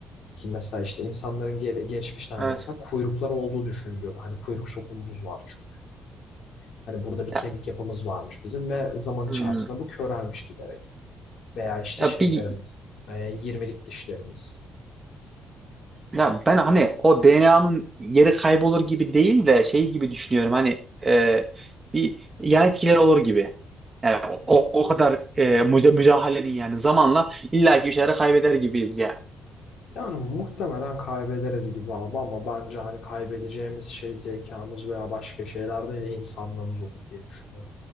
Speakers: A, on the left (about 65°); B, on the right (about 20°).
A: Ki mesela işte insanların ge- geçmişte hani
B: evet.
A: mesela kuyrukları olduğu düşünülüyordu. Hani kuyruk sokumumuz var çünkü. Hani burada bir kemik
B: Ya,
A: yapımız varmış bizim ve zaman
B: hmm.
A: içerisinde bu körelmiş giderek. Veya işte
B: Ya
A: şeylerimiz,
B: bir
A: e, 20'lik dişlerimiz.
B: Ya ben hani o DNA'nın yeri kaybolur gibi değil de şey gibi düşünüyorum hani e, bir yan etkileri olur gibi. Yani o, o kadar e, müda- müdahalenin yani zamanla illaki bir şeyleri kaybeder gibiyiz
A: Yani muhtemelen kaybederiz gibi abi ama bence hani kaybedeceğimiz şey zekamız veya başka şeyler değil insanlığımız olur diye düşünüyorum.